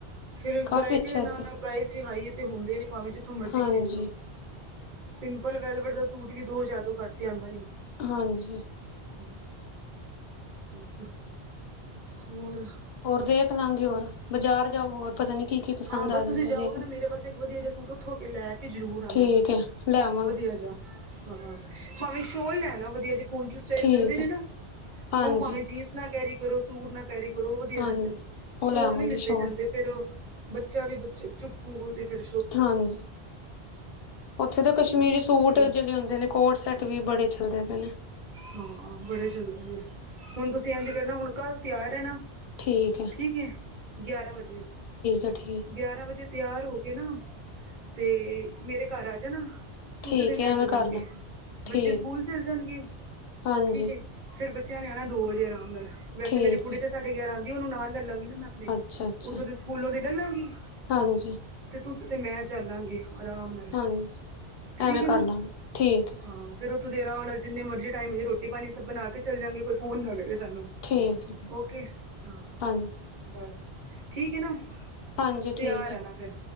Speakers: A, on the right (about 50°); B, on the left (about 65°).
A: ਫਿਰ
B: ਕਾਫੀ
A: ਵਰਾਇਟੀ
B: ਅੱਛਾ
A: ਦੇ ਨਾਲ-ਨਾਲ
B: ਸੀ
A: ਪ੍ਰਾਈਸ ਵੀ ਹਾਈ ਤੇ ਹੁੰਦੇ, ਨੇ ਭਾਵੇਂ ਜਿੱਥੋਂ ਮਰਜ਼ੀ
B: ਹਾਂਜੀ
A: ਖਰੀਦ ਲੋ। ਸਿੰਪਲ ਵੈਲਵਰ ਦਾ ਸੂਟ ਵੀ ਦੋ ਹਜ਼ਾਰ ਤੋਂ ਕੱਟ ਕੇ ਆਦਾ ਨੀ,
B: ਹਾਂਜੀ
A: ਹ ਬਸ ਹੋਰ
B: ਹੋਰ ਦੇਖ ਲਾਂਗੇ ਹੋਰ ਬਾਜ਼ਾਰ ਜਾਓ ਹੋਰ ਪਤਾ ਨੀ ਕੀ ਕੀ ਪਸੰਦ
A: ਹਾਂ ਬਸ
B: ਆ ਜਾਂਦਾ
A: ਤੁਸੀਂ ਜਾਓਗੇ
B: ਦੇਖ
A: ਨਾ ਮੇਰੇ ਵਸੇ ਇੱਕ ਵਧੀਆ ਜਾ ਸੂਟ ਉੱਥੋ ਲੈ ਕੇ ਜ਼ਰੂਰ ਆਨਾ
B: ਠੀਕੇ ਲੈ ਵਾਂ
A: ਵਧੀਆ ਜ ਹਾਂ ਭਾਵੇਂ ਸ਼ੋਲ ਲੈਨਾ ਵਧੀਆ ਜਾ ਪੂੰਚ ਸਟਾਈਲ
B: ਠੀਕ
A: ਮਿਲਦੇ ਨੇ
B: ਹੈ
A: ਨਾ
B: ਹਾਂਜੀ
A: ਉਹ ਭਾਵੇਂ ਜੀਨਸ ਨਾ ਕੈਰੀ ਕਰੋ ਸੂਟ ਨਾ ਕੈਰੀ ਕਰੋ ਉਹ ਵਧੀਆ
B: ਹਾਂਜੀ
A: ਰਹਿੰਦੇ ਨੇ
B: ਉਹ
A: ਸ਼ੋਲ
B: ਲੈਵਾਂਗੀ
A: ਨੀ ਲਿੱਤੇ
B: ਸ਼ੋਲ
A: ਜਾਂਦੇ ਫਿਰ ਉਹ ਬੱਚਾ ਵੀ ਬ ਚੁੱਕੂ ਬਹੋ ਤੇ ਫਿਰ
B: ਹਾਂਜੀ ਉੱਥੇ ਦੇ ਕਸ਼ਮੀਰੀ ਸੂਟ
A: ਚਲੋ
B: ਜਿਹੜੇ ਹੁੰਦੇ ਨੇ ਕੋਰ ਸੈਟ ਵੀ ਬੜੇ ਚੱਲਦੇ ਪਏ ਨੇ
A: ਹਾਂ ਬੜੇ ਚੱਲਦੇ ਨੇ ਹੁਨ ਤੁਸੀਂ ਐਂਝ ਕਰਨਾ ਹੁਨ ਕੱਲ ਤਿਆਰ ਰੈਨਾ
B: ਠੀਕ ਏ
A: ਠੀਕੇ ਗਿਆਰਾਂ ਵਜੇ
B: ਹੈ ਠੀਕ
A: ਗਿਆਰਾਂ ਵਜੇ ਤਿਆਰ ਹੋ ਕੇ ਨਾ ਤੇ ਮੇਰੇ ਘਰ ਆ ਜਾਨਾ ਤੁਸੀਂ
B: ਠੀਕ
A: ਤੇ ਮੈਂ
B: ਹੈ ਐਵੇਂ
A: ਚੱਲਾਂਗੇ
B: ਕਰ ਲਾਂਗੀ ਠੀਕ
A: ਬੱਚੇ ਸਕੂਲ ਚੱਲ ਜਾਨਗੇ
B: ਹਾਂਜੀ
A: ਠੀਕ ਫੇਰ ਬੱਚਿਆਂ ਨੇ ਆਨੈ ਦੋ ਵਜੇ ਆਰਾਮ ਨਾਲ ਵੈਸੇ
B: ਠੀਕ
A: ਮੇਰੀ ਕੁੜੀ
B: ਹੈ
A: ਸਾਡੇ ਗਯਾਰਾਂ ਆਂਦੀ ਓਹਨੂੰ ਨਾਲ ਲੈ ਲਾਂਗੀ ਨਾ ਮੈਂ
B: ਅੱਛਾ ਅੱਛਾ
A: ਉੱਥੋਂ ਦੇ ਸਕੂਲੋਂ ਦੇ ਲਾਲਾ ਗੀ
B: ਹਾਂਜੀ
A: ਤੇ ਤੁਸੀਂ ਤੇ ਮੈਂ ਚੱਲਾਂਗੇ ਆਰਾਮ ਨਾਲ
B: ਹਾਂਜੀ
A: ਠੀਕ
B: ਐਵੇਂ
A: ਏ
B: ਕਰ
A: ਨਾ
B: ਲਾਂਗੇ ਠੀਕ ਹੈ
A: ਹਾਂ ਫੇਰ ਉੱਥੋਂ ਦੇ ਆਰਾਮ ਨਾਲ ਜਿਨੇ ਮਰਜ਼ੀ ਟਾਈਮ ਜੇ ਰੋਟੀ ਪਾਨੀ ਸਭ ਬਨਾ ਕੇ ਚੱਲ ਜਾਂਗੇ ਕੋਈ ਫੋਨ ਨਾ ਕਰੇ ਸਾਨੂੰ
B: ਠੀਕ ਹੈ
A: ਓਕੇ ਹਾਂ
B: ਹਾਂਜੀ
A: ਬਸ ਠੀਕ ਏ ਨਾ
B: ਹਾਂਜੀ
A: ਤਿਆਰ
B: ਠੀਕ
A: ਰੈਨਾ
B: ਹੈ
A: ਫਿਰ